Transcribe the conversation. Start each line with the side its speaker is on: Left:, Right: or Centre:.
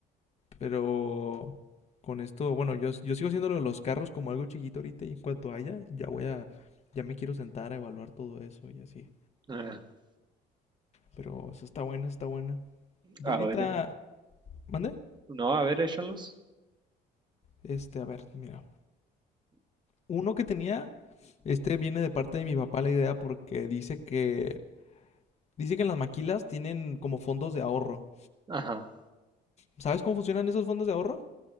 Left: pero con esto, bueno, yo, yo sigo haciéndolo de los carros como algo chiquito ahorita y en cuanto haya, ya voy a, ya me quiero sentar a evaluar todo eso y así.
Right: <laughs>
Left: Pero esa está buena, está buena. Yo
Right: A
Left: ahorita,
Right: ver, eh,
Left: ¿mandé?
Right: no, a ver, échalos.
Left: Este, a ver, mira. Uno que tenía, este viene de parte de mi papá la idea porque dice que, dice que las maquilas tienen como fondos de ahorro.
Right: Ajá.
Left: ¿Sabes cómo funcionan esos fondos de ahorro?